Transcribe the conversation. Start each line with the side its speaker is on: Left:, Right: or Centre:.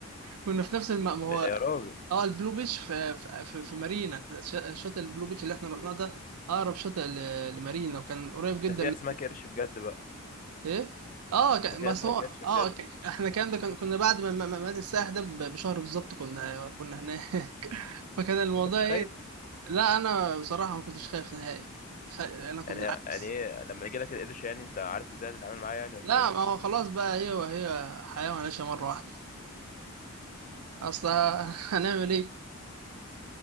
Right: كنا في نفس المأمورية
Left: يا راجل
Right: اه البلو بيتش في في, في في مارينا ش- شاطئ البلو بيتش اللي احنا رحناه ده اقرب شاطئ ل- لمارينا وكان قريب جدا
Left: ده في
Right: من
Left: اسماك قرش بجد بقى
Right: ايه اه كان
Left: ده في
Right: بس
Left: اسماك
Right: هو
Left: قرش بجد
Right: اه كان احنا الكلام ده كان كنا بعد ما ما- ما مات السائح ده ب- بشهر بالظبط كنا كنا هناك <laughs> فكان الموضوع
Left: ما كنتش
Right: ايه
Left: خايف
Right: لا انا بصراحه ما كنتش خايف نهائي خ... انا كنت
Left: يعني
Right: بالعكس
Left: يعني ايه لما يجي لك القرش يعني انت عارف ازاي هتتعامل معاه يعني ولا
Right: لا
Left: ايه
Right: ما هو خلاص بقى هي وهي حياه وهنعيشها مره واحده اصل <laughs> هنعمل ايه